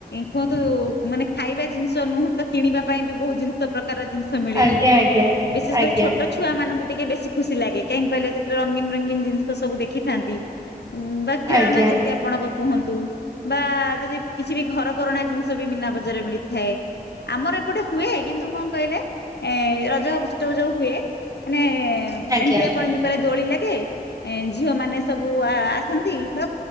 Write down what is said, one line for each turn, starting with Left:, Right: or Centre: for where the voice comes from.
Left: କୁହନ୍ତୁ ମାନେ ଖାଇବା ଜିନିଷ ନୁହେଁ ତ କିଣିବା ପାଇଁ ବି ବହୁତୁ ଜିନିଷ ପ୍ରକାର ଜି ମିଳେ
Right: ଆଜ୍ଞା
Left: ବିଶେଷ
Right: ଆଜ୍ଞା
Left: କରି ଛୋଟ ଛୁଆ ମାନଙ୍କୁ ଟିକେ ବେଶୀ ଖୁସି ଲାଗେ କାହିଁକି କହିଲେ ଯେତେବେଳେ ରଙ୍ଗୀନ ରଙ୍ଗୀନ ଜିନିଷ ସବୁ ଦେଖିଥାନ୍ତି। ଉ ବା ଖେଳନା
Right: ଆଜ୍ଞା ଆଜ୍ଞା
Left: ଯେମିତି ଆପଣଙ୍କ କୁହନ୍ତୁ ବା ଯଦି କିଛି ବି ଘର କରଣା ଜିନିଷ ବି ମିନା ବଜରେ ମିଳି ହେ ଆମର ଏପଟେ ହୁଏ କିନ୍ତୁ କଣ କହିଲେ ଏ ରଜ ଉତ୍ସବ ଯଉ ହୁଏ ମାନେ
Right: ଆଜ୍ଞା
Left: ଏମତି ଆପଣ ଯୋ କହିଲେ ଦୋଳି ଲାଗେ। ଏ ଝିଅ ମାନେ ସବୁ ଆ ଆସନ୍ତି ବା